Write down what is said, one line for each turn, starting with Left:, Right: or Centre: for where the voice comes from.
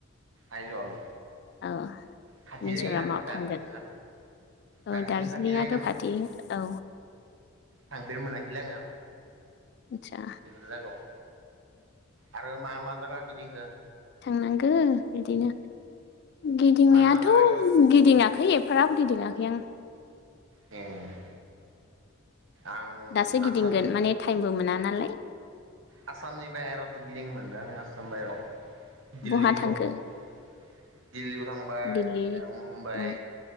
Right: आय जल
Left: औ
Right: खाथि
Left: मिज'रामाव
Right: जायोना दार्जिलिंआ
Left: थांगोन औ
Right: दार्जिलिं
Left: दार्जिलिंआथ'
Right: खाथि जायो नामा
Left: खाथि औ
Right: थांफेरनो मोनाखैलै आङो
Left: आदसा
Right: बेफोर जायागायाव आरो मा मा जागा गिदिंखो
Left: थांनांगो बिदिनो गिदिंनायाथ'
Right: मा मा जायगा गिदिंखो
Left: गिदिङाखै एफाराब गिदिंआखै आं
Right: ए आं
Left: दासो गिदिंगोन
Right: आसामनि
Left: माने टाइमबो मोनान नालाय
Right: आसामनि बाहेरावसो गिदिं मोनदों आङ आसाम बाहेरायाव दिल्लीफोराव
Left: बहा थांखो
Right: दिल्ललियाव थांबा
Left: दिल्ली
Right: ए मुम्बाइ
Left: उम